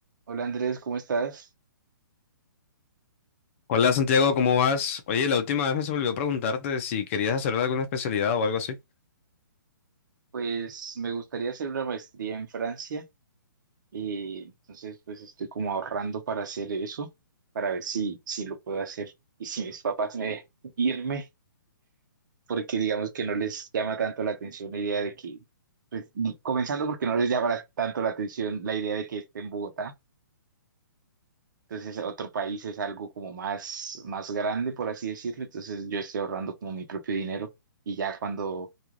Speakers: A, on the right; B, on the left.
A: Hola Andrés, ¿cómo estás?
B: Hola Santiago, ¿cómo vas? Oye, la última vez me se me olvidó preguntarte si querías hacer alguna especialidad o algo así. <laughs>
A: Pues me gustaría hacer una maestría en Francia y entonces pues estoy como ahorrando para hacer eso, para ver si, si lo puedo hacer y si mis papás me dejan irme, porque digamos que no les llama tanto la atención la idea de que, pues ni- comenzando porque no les llama la- tanto la atención la idea de que esté en Bogotá, entonces otro país es algo como más, más grande, por así decirlo, entonces yo estoy ahorrando como mi propio dinero y ya cuando